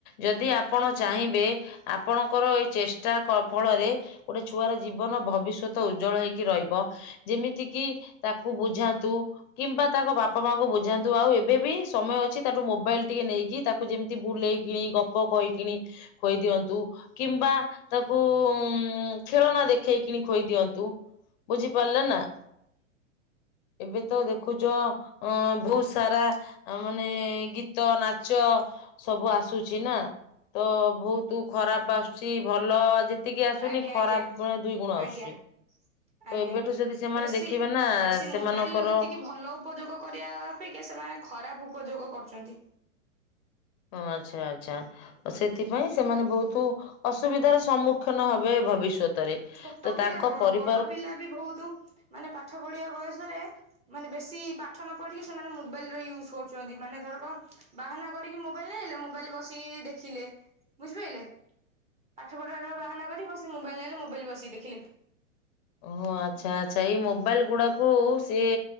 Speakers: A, on the left (about 35°); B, on the right (about 15°).
A: ଯଦି ଆପଣ ଚାହିଁବେ, ଆପଣଙ୍କର ଏଇ ଚେଷ୍ଟା କ ଫଳରେ, ଗୋଟେ ଛୁଆର ଜୀବନ ଭବିଷ୍ୟତ ଉଜ୍ଜଳ ହେଇକି ରହିବ। ଯେମିତି କିି ତାକୁ ବୁଝାନ୍ତୁ। କିମ୍ବା ତାଙ୍କ ବାପା ମାଙ୍କୁ ବୁଝାନ୍ତୁ। ଆଉ ଏବେ ବି ସମୟ ଅଛି, ତାଠୁ ମୋବାଇଲ ଟିକେ ନେଇକି ତାକୁ ଯେମିତି ବୁଲେଇକିଣି, ଗ ଗ କହିିକିଣି ଖୁଏଇ ଦିଅନ୍ତୁ, କିମ୍ବା ତାକୁ ଉଁ ଖେଳନା ଦେଖେଇକିଣି ଖୋଇଦିଅନ୍ତୁ। ବୁଝିପାରିଲା ନା? ଏବେ ତ ଦେଖୁଛ, ଅ ବହୁତ ସାରା ମାନେ ଗୀତ ନା ଚ ସବୁ ଆସୁଛି ନା, ତ ବହୁତ ଖରାପ ଆସୁ ଛି। ଭଲ ଯେତିକି ଆସୁନି
B: ଆଜ୍ଞା
A: ଖରାପର
B: ଆଜ୍ଞା
A: ଦୁଇ ଗୁଣ ଆସୁଛି।
B: ଆଜ୍ଞା। ଆଜ୍ଞା
A: ତ ଏବେଠୁ ଯଦି ସେମାନେ
B: ବେଶୀ
A: ଦେଖିବେ ନା,
B: ବେଶୀ ମୋବାଇଲ
A: ସେମାନଙ୍କର
B: ର ଯେତିକି ଭଲ ଉପଯୋଗ କରିବା ଅପେକ୍ଷା ସେମାନେ ଖରାପ ଉପଯୋଗ କରୁଛନ୍ତି।
A: ହଁ, ଆଚ୍ଛା, ଆଚ୍ଛା। ସେଥିପାଇଁ ସେମାନେ ବହୁତ ଅସୁବିଧାର ସମ୍ମୁଖୀନ ହେବେ ଭବିଷ୍ୟତରେ।
B: ଛୋଟ
A: ତ
B: ପିଲା
A: ତାଙ୍କ
B: କଣ,
A: ପରିବାରକୁ
B: ବଡ ପିଲା ବି ବହୁତ ମାନେ ପାଠ ପଢିବା ବୟସରେ ମାନେ ବେଶୀ ପାଠ ନ ପଢିକି ସେମାନେ ମୋବାଇଲର ୟୁଜ୍ କରୁଛନ୍ତି, ମାନେ ଧରକ ବାହାନା କରିକି ମୋବାଇଲ ନେଇ ଆଇଲେ, ମୋବାଇଲ ବସିକି ଦେଖିଲେ। ବୁଝିପାଇଲେ? ପାଠପଢାର ବାହାନା କରି, ବସି ମୋବଇଲ ନେଇ ଆଇଲେ, ମୋବାଇଲ ବସିକି ଦେଖିଲେ।
A: ଓହ, ଆଚ୍ଛା, ଆଚ୍ଛା, ଏଇ ମୋବାଇଲ ଗୁଡାକୁ ସିଏ